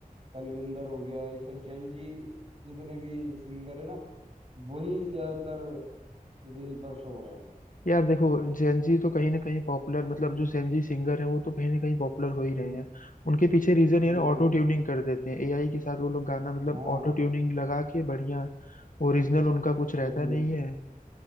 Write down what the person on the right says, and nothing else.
तलविंदर हो गया ये सब जैन जी जितने भी सिंगर है ना वही ज्यादातर रील पर शो हो रहे हैं
बिल्कुल
हाँ
वही